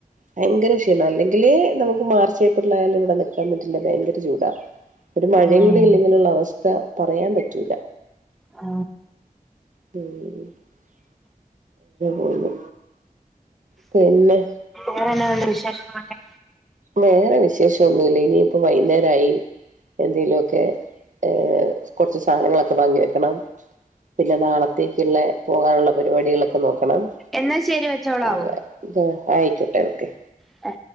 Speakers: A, on the right; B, in the centre.
A: ഭയങ്കര ക്ഷീണം അല്ലെങ്കിലേ നമുക്ക് മാർച്ച് ഏപ്രിൽ യാലും ഇവിടെ നിക്കാൻ പറ്റില്ല ഭയങ്കര ചൂടാ ഒരു മഴയും
B: ഉം
A: കൂടി ഇല്ലെങ്കിലുള്ള അവസ്ഥ പറയാൻ പറ്റൂല
B: ആ
A: ഉം ഓ മ് പിന്നെ
B: വേറെന്നാണ്ട് വിശേഷംമൊക്കെ
A: വേറെ വിശേഷന്നൂല്യ ഇനിയിപ്പ വൈകുന്നേരായി എന്തേലുഒക്കെ ഏ കുറച്ച് സാധനങ്ങളൊക്കെ വാങ്ങിവെക്കണം പിന്നെ നാളത്തേക്കുള്ള പോകാനുള്ള പരിപാടികളൊക്കെ നോക്കണം ക്കണം
B: എന്നാ ശരി വെച്ചോളാവോ
A: അങ്ങനെ ന്ത ആയിക്കോട്ടെ ഓക്കെ
B: ആ